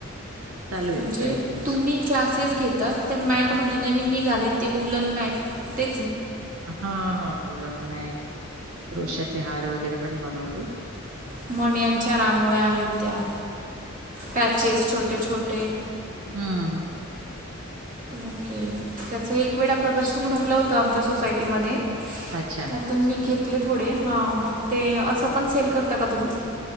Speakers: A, on the right; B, on the right.
A: चालू आहेत
B: म्हणजे
A: प्रयत्न.
B: तुम्ही क्लासेस घेतात, ते मॅट म्हणजे नवीन निघाले ते उलण मॅट,, ते
A: हा, हा, उलन मॅट, क्रोशाचे हार वगैरे पण बनवते.
B: मण्याच्या रांगोळ्या आहेत त्या, पॅचेस छोटे, छोटे
A: हम्,
B: ओके, त्याच एक वेळा प्रदर्शन भरलं होतं आमच्या सोसायटीमध्ये
A: अच्छा.
B: त्यातून मी घेत थोडे, ह, मग ते असं पण सेल करता का तुम्ही?